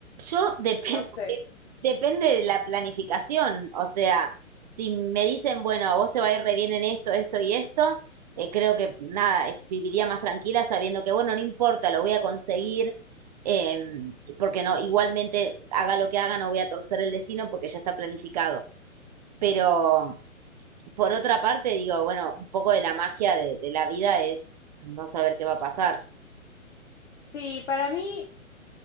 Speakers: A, on the right; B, on the left.
A: yo depende,
B: no sé.
A: depende de la planificación, o sea, si me dicen, bueno, a vos te va a ir re bien en esto, esto y esto, eh, creo que nada, es- viviría más tranquila sabiendo que, bueno, no importa, lo voy a conseguir, em, porque no, igualmente haga lo que haga, no voy a torcer el destino porque ya está planificado. Pero por otra parte, digo, bueno, un poco de la magia de de la vida es no saber qué va a pasar.
B: Sí, para mí